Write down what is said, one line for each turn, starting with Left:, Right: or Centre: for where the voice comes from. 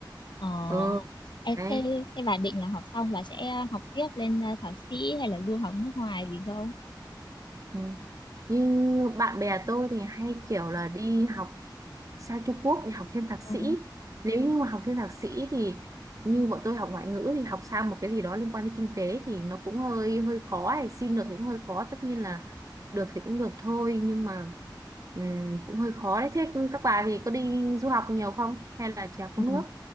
Left: Ờ,
Right: ừ
Left: em
Right: đấy
Left: thế, thế bà định là học xong bà sẽ học tiếp lên ờ, thạc sĩ hay là du học nước ngoài gì không?
Right: ừ. như bạn bè tôi thì hay kiểu là đi học sang Trung Quốc để học thêm thạc sĩ
Left: À.
Right: nếu như mà học thêm thạc sĩ thì như bọn tôi học ngoại ngữ thì học sang một cái gì đó liên quan đến kinh tế thì nó cũng hơi hơi khó ấy. xin được thì cũng hơi khó tất nhiên là được thì cũng được thôi nhưng mà ừm, cũng hơi khó đấy thế các bà thì có đi du học nhiều không hay là chỉ học
Left: Ừ.
Right: trong nước